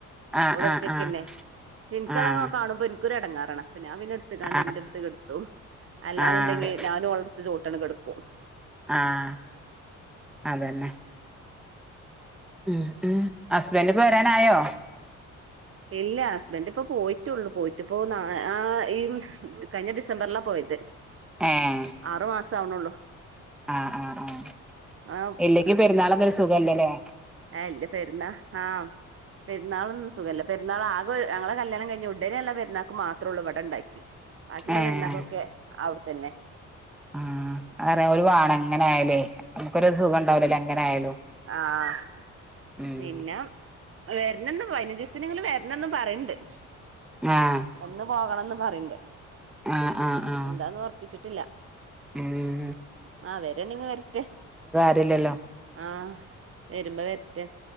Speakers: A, in the centre; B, on the right.
A: ആഹ്
B: ഓള് ഒറ്റക്കെന്നെ
A: ആഹ് ആഹ്
B: ച്ഇൻക്കാ
A: ആഹ്
B: കാണുമ്പ ക്കൊരു എടങ്ങേറാണ്. അപ്പ ഞാൻ പിന്നെ ഇട്ത്ത്കാണ്ട്
A: ആഹ്
B: ഇന്റെട്ത്ത് കെട്ത്തും. അല്ലാന്നുണ്ടെങ്കി
A: ആഹ്
B: ഞാനും ഓള് ചോട്ടെണ് കെട്ക്കും.
A: ആഹ് അതന്നെ ഉം ഉം ഹസ്ബൻ്റ് പോ വരാനായോ?
B: ഇല്ല ഹസ്ബന്റ് ഇപ്പൊ പോയിട്ടുള്ളു പോയിട്ടിപ്പോ ആഹ് ഈ കഴിഞ്ഞ ഡിസംബറിലാ പോയത്
A: ഏഹ്
B: ആറ് മാസം ആവ്ണോള്ളൂ
A: ആഹ് ആഹ് ആഹ്
B: ആ
A: ഇല്ലെങ്കി പെരുന്നാളൊക്കെ ഒരു സുഖല്ലലെ?
B: ഹേ ഇല്ല പെര്ന്നാ ആഹ് പെര്ന്നാളൊന്നും സുഖല്ല പെരുന്നാള് ആകെ ഒര് ഞങ്ങളെ കല്യാണം കഴിഞ്ഞ ഉടനെള്ളെ പെരുന്നാക്ക് മാത്രള്ളൂ ഇവിടെ ഇണ്ടായി ബാക്കിള്ളെ
A: ഏഹ്
B: പെരുന്നാക്കോക്കെ അവിടെത്തന്നെ
A: ആഹ് അ ഓല് വാണം എങ്ങനെ ആയാലും നമുക്കൊരു സുഖം ഉണ്ടാവൂലല്ലോ എങ്ങനെ ആയാലും
B: ആഹ്
A: ഉം
B: പിന്നം വരണം ന്ന് പതിനഞ്ച്സത്തിനെങ്കിലും വരണംന്ന് പറിണ്ട്
A: ആഹ്
B: വന്ന് പോകണംന്ന് പറീണ്ട്
A: ആഹ് ആഹ് ആഹ്
B: എന്താന്ന് ഒർപ്പിച്ചിട്ടില്ല
A: ഉം
B: ആഹ് വരാണെങ്ങി വരട്ടെ
A: ട്ട് ഇല്ലല്ലോ
B: ആഹ് വരുമ്പം വെര്റ്റെ